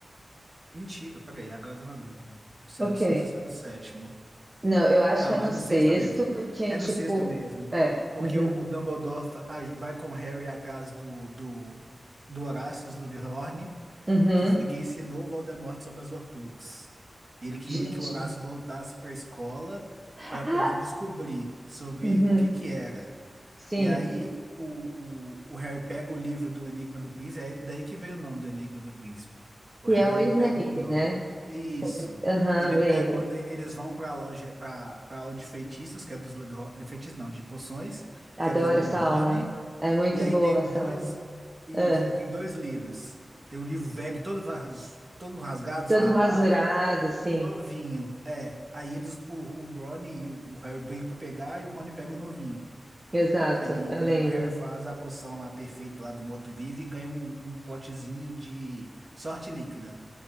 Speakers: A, on the right (about 40°); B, on the right (about 20°).
A: Mentira, peraí, agora eu tô na dúvida. Se
B: Ok.
A: é no sexto ou se é no sétimo.
B: Não, eu acho
A: Não,
B: que é no
A: é no
B: sexto,
A: sexto mesmo.
B: porque,
A: É
B: tipo,
A: no sexto mesmo.
B: é.
A: Porque
B: uhum,
A: o, o Dumbledore fa- a- vai com o Harry atrás do, do, do Horácio Slughorn,
B: uhum.
A: que foi quem ensinou o Voldemort sobre as Horcruxes. Ele queria
B: Gente.
A: que o Horácio voltasse para a escola
B: Ah,
A: para poder descobrir sobre
B: uhum,
A: o que que era.
B: sim.
A: E aí o, o, o Harry pega o livro do Enigma do Príncipe, é daí que veio o nome do Enigma do Príncipe. O Harry
B: E é o
A: ele
B: Snape,
A: pega o nome.
B: né?
A: Isso.
B: Aham,
A: Ele
B: lembro.
A: pega, o- e- eles vão para a loja, para a aula de feitiços, que é dos Slughorn, de feitiços não, de poções,
B: Adoro
A: que é dos Slughorn.
B: essa aula. É muito
A: E aí
B: boa
A: tem
B: essa
A: dois,
B: aula.
A: isso,
B: Ah,
A: aí tem dois livros. Tem um livro velho, todo, ras- todo rasgado,
B: todo
A: esfarrapado,
B: rasurado, sim.
A: novinho. É. Aí eles, o, o Rony e o, o Harry brigam pra pegar e o Rony pega o novinho.
B: Exato,
A: Aí
B: eu lembro.
A: o Harry faz a poção lá perfeita lá do morto-vivo e ganha um, um potezinho de sorte líquida.